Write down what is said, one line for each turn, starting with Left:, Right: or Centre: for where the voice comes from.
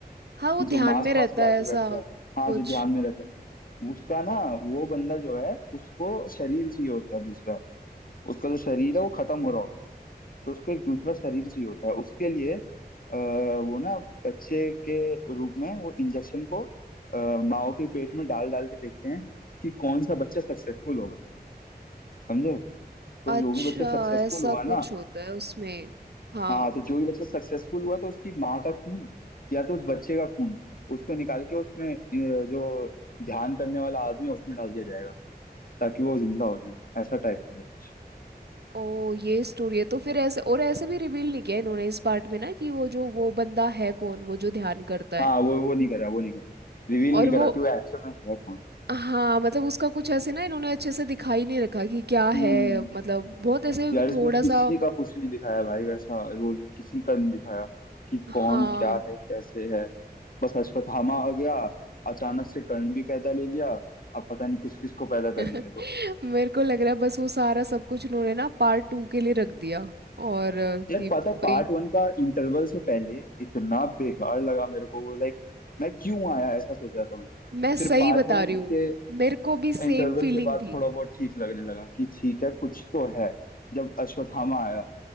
Right: हाँ वो ध्यान
Left: जो मास्क
Right: में रहता
Left: वास्क लगा के
Right: है ऐसा
Left: बैठता है हाँ
Right: कुछ
Left: जो ध्यान में रहता है उसका ना वो बंदा जो है उसको शरीर चाहिए होता है दूसरा उसका जो शरीर है वो खत्म हो रहा होता है तो उसको एक दूसरा शरीर चाहिए होता है उसके लिए आ, वो ना बच्चे के रूप में वो इंजेक्शन को आ, माओ के पेट में डाल डाल के देखते हैं कि कौन सा बच्चा सक्सेसफुल होगा समझे तो
Right: अच्छा
Left: जो भी बच्चा सक्सेसफुल
Right: ऐसा
Left: हुआ
Right: कुछ
Left: ना
Right: होता है उसमें हाँ
Left: हाँ तो जो भी बच्चा सक्सेसफुल हुआ तो उसकी माँ का खून या तो उस बच्चे का खून उसको निकाल के उसमें अ, जो ध्यान करने वाला आदमी है उसमें डाल दिया जाएगा ताकि वो जिंदा हो जाए ऐसा टाइप का है कुछ
Right: ओ ये स्टोरी है तो फिर ऐसे और ऐसे भी रिवील नहीं किया इन्होंने इस पार्ट में ना कि वो जो वो बंदा है कौन वो जो ध्यान करता है
Left: हाँ वो वो नहीं करा वो नहीं करा रिवील
Right: और
Left: नहीं करा
Right: वो
Left: कि वो एक्चुअल में है कौन
Right: हाँ मतलब उसका कुछ ऐसे ना इन्होंने अच्छे से दिखा ही नहीं रखा कि क्या
Left: हम्म
Right: है मतलब बहुत ऐसे
Left: यार इसमें
Right: थोड़ा
Left: किसी
Right: सा
Left: का कुछ नहीं दिखाया भाई वैसा रोल किसी का नहीं दिखाया कि कौन
Right: हाँ
Left: क्या है कैसे है बस अश्वत्थामा आ गया अचानक से कर्ण भी पैदा ले लिया अब पता नहीं किस किस को पैदा करेंगे
Right: <laughs>
Left: तो
Right: मेरे को लग रहा है बस वो सारा सब कुछ उन्होंने ना पार्ट टू के लिए रख दिया और अ,
Left: यार
Right: कि
Left: पता
Right: वही
Left: पार्ट वन का इंटरवल से पहले इतना बेकार लगा मेरे को वो लाइक मैं क्यों आया ऐसा सोच रहा था मैं
Right: मैं सही
Left: फिर पार्ट
Right: बता
Left: वन
Right: रही हूँ
Left: के
Right: मेरे को भी सेम
Left: इंटरवल
Right: फीलिंग
Left: के बाद
Right: थी
Left: थोड़ा बहुत ठीक लगने लगा कि ठीक है कुछ तो है जब अश्वत्थामा आया